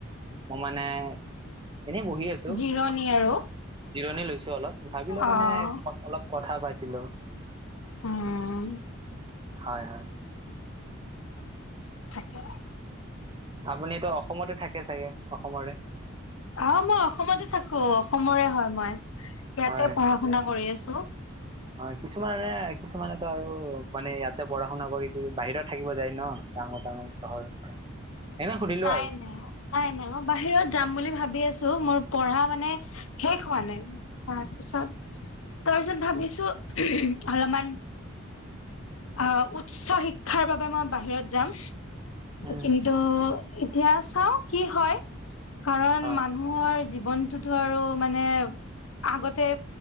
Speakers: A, on the right; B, on the left.
A: মই মানে এনেই বহি আছো
B: জিৰণি আৰু-
A: জিৰণি লৈছো অলপ, ভাবিলো
B: অ'।
A: মানে অলপ কথা পাতি লও।
B: উম'
A: হয় হয়।
B: থাকছে।
A: আপুনি এইটো অসমতে থাকে চাগে অসমৰে?
B: আহ' মই অসমতে থাকো অসমৰে হয় মই, ইয়াতে
A: হয়
B: পঢ়া শুনা কৰি আছো। অহ'
A: হয় কিছুমানে কিছুমানেতো আৰু মানে ইয়াতে পঢ়া-শুনা কৰি, বাহিৰত থাকিব যায় ন ডাঙৰ ডাঙৰ চহৰ। এনে সুধিলো
B: নাই
A: আৰু
B: নাই, নাই নাই মই বাহিৰত যাম বুলি ভাবি আছো। মোৰ পঢ়া মানে শেষ হোৱা নাই, তাৰ পিছত তাৰ পিছত ভাবিছো
A: উম
B: অলপমান অ' উচ্চ শিক্ষাৰ বাবে মই বাহিৰত যাম,
A: উম
B: কিন্তু এতিয়া চাও কি হয়, কাৰণ
A: হয়
B: মানুহৰ জীৱনটোতো আৰু মানে আগতে